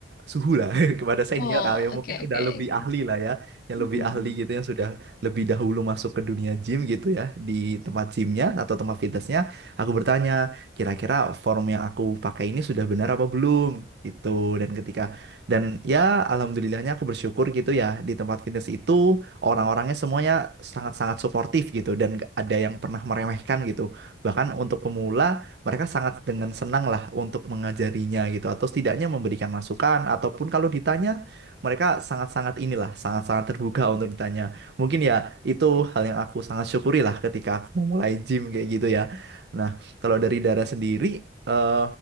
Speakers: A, on the right; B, on the left.
A: suhu lah, <laughs> kepada senior
B: Oh,
A: lah, yang
B: oke,
A: mungkin
B: oke,
A: udah lebih
B: oke.
A: ahli lah ya, yang
B: Mm-mm.
A: lebih ahli gitu, yang sudah lebih dahulu masuk ke dunia gym gitu ya, di tempat gymnya atau tempat fitnessnya, aku bertanya, kira-kira form yang aku pakai ini sudah benar apa belum gitu, dan ketika, dan ya alhamdulillahnya aku bersyukur gitu ya, di tempat fitness itu orang-orangnya semuanya sangat-sangat suportif gitu, dan nggak ada yang pernah meremehkan gitu, bahkan untuk pemula mereka sangat dengan senang lah untuk mengajarinya gitu atau setidaknya memberikan masukan ataupun kalau ditanya mereka sangat-sangat inilah sangat-sangat terbuka untuk ditanya mungkin ya itu hal yang aku sangat syukuri lah ketika aku memulai gym kayak gitu ya nah kalau dari Dara sendiri eh,